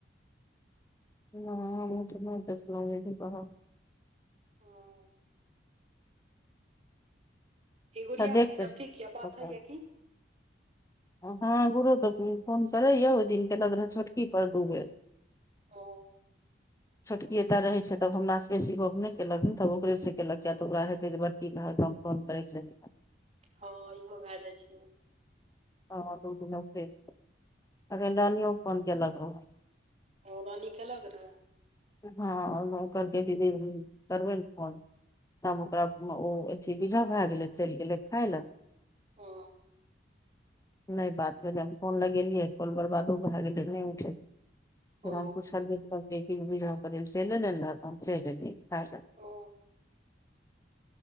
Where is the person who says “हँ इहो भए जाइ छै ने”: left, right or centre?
Right